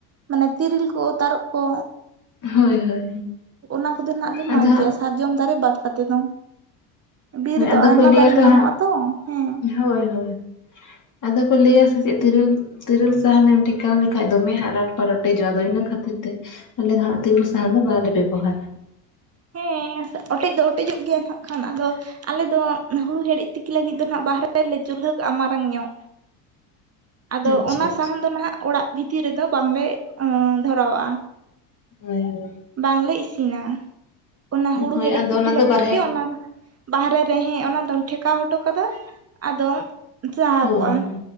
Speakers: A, on the right; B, on the left.
A: ᱢᱟᱱᱮ ᱛᱤᱨᱤᱞ ᱠᱚ ᱛᱟᱨᱚᱵ ᱠᱚ
B: ᱦᱳᱭ ᱦᱳᱭ᱾
A: ᱚᱱᱟ ᱠᱚᱫᱚ ᱱᱟᱜ ᱞᱮ ᱢᱟᱜᱽ
B: ᱟᱫᱚ ᱦᱟᱸᱜ
A: ᱜᱮᱭᱟ ᱥᱟᱨᱡᱚᱢ ᱫᱟᱨᱮ ᱵᱟᱫ ᱠᱟᱛᱮ ᱫᱚ ᱵᱤᱨ ᱨᱮᱫᱚ
B: ᱟᱫᱚ
A: ᱟᱭᱢᱟ
B: ᱠᱚ ᱞᱟᱹᱭᱟ
A: ᱫᱟᱨᱮ ᱧᱟᱢᱚᱜ-ᱟ
B: ᱦᱟᱸᱜ
A: ᱛᱚ ᱦᱮᱸ
B: ᱦᱳᱭ ᱦᱳᱭ ᱟᱫᱚ ᱠᱚ ᱞᱟᱹᱭᱟ ᱥᱮ ᱪᱮᱫ ᱛᱤᱨᱤᱞ ᱛᱮᱨᱮᱞ ᱥᱟᱦᱟᱱᱮᱢ ᱴᱷᱮᱠᱟᱣ ᱞᱮᱠᱷᱟᱡ ᱫᱚᱢᱮ ᱦᱟᱸᱜ ᱨᱟᱴ ᱯᱟᱨ ᱚᱴᱮᱡᱚᱜᱼᱟ ᱟᱫᱚ ᱤᱱᱟᱹ ᱠᱷᱟᱹᱛᱤᱨ ᱛᱮ ᱟᱞᱮ ᱦᱟᱜ ᱛᱤᱨᱤᱞ ᱥᱟᱦᱟᱱ ᱫᱚ ᱵᱟᱞᱮ ᱵᱮᱵᱚᱦᱟᱨᱟ᱾
A: ᱦᱮᱸ ᱚᱴᱮᱡ ᱫᱚ ᱚᱴᱮᱡᱚᱜ ᱜᱮᱭᱟ ᱱᱟᱜ ᱠᱷᱟᱱ ᱟᱫᱚ ᱟᱞᱮ ᱫᱚ ᱦᱩᱲᱩ ᱦᱮᱰᱮᱡ ᱛᱤᱠᱤ ᱞᱟᱹᱜᱤᱫ ᱫᱚ ᱱᱟᱜ ᱵᱟᱦᱨᱮ ᱨᱮᱞᱮ ᱪᱩᱞᱦᱟᱹ ᱠᱟᱜᱼᱟ ᱢᱟᱨᱟᱝ ᱧᱚᱜ ᱟᱫᱚ
B: ᱟᱪᱪᱷᱟ
A: ᱚᱱᱟ
B: ᱟᱪᱪᱷᱟ
A: ᱥᱟᱦᱟᱱ ᱫᱚ ᱱᱟᱦᱟᱜ ᱚᱲᱟᱜ ᱵᱷᱤᱛᱤᱨ ᱨᱮᱫᱚ ᱵᱟᱝᱞᱮ ᱫᱷᱚᱨᱟᱣᱟᱜᱼᱟ᱾
B: ᱦᱳᱭ ᱦᱳᱭ
A: ᱵᱟᱝᱞᱮ ᱤᱥᱤᱱᱟ᱾ ᱚᱱᱟ ᱦᱩᱲᱩ
B: ᱦᱳᱭ
A: ᱦᱮᱰᱮᱡ
B: ᱟᱫᱚ
A: ᱛᱤᱠᱤ
B: ᱚᱱᱟ
A: ᱞᱟᱜᱤᱫ
B: ᱫᱚ ᱵᱟᱨᱦᱮ
A: ᱜᱮ ᱚᱱᱟ ᱵᱟᱦᱨᱮ ᱨᱮ ᱦᱮᱸ ᱚᱱᱟᱫᱚᱢ ᱴᱷᱮᱠᱟᱣ ᱦᱚᱴᱚ ᱠᱟᱫᱟ ᱟᱫᱚᱢ ᱪᱟᱦᱟ
B: ᱦᱳᱭ
A: ᱠᱚᱜᱼᱟ᱾
B: ᱦᱳᱭ